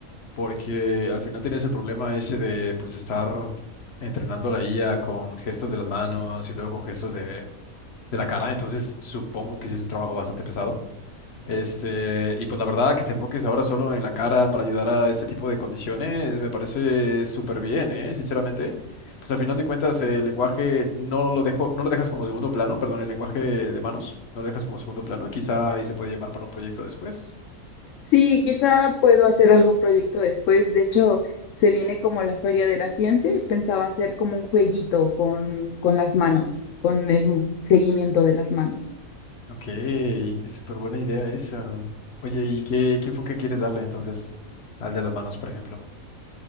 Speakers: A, on the left (about 50°); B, on the left (about 65°).
A: porque al final tienes el problema ese de pues estar entrenando la IA con gestos de las manos y luego con gestos de, de la cara, entonces supongo que sí es un trabajo bastante pesado. Este, y pues la verdad que te enfoques ahora solo en la cara para ayudar a este tipo de condiciones me parece súper bien, ¿eh? Sinceramente, pues al final de cuentas el lenguaje no lo dejo, no lo dejas como segundo plano, perdón, el lenguaje de manos, no lo dejas como segundo plano, quizá ahí se puede llevar para un proyecto después.
B: Sí, quizá puedo hacer algún proyecto después. De hecho, se viene como la Feria de la Ciencia y pensaba hacer como un jueguito con, con las manos, con el seguimiento de las manos.
A: Ok, es súper buena idea esa. Oye, ¿y qué, qué enfoque quieres darle entonces al de las manos, por ejemplo?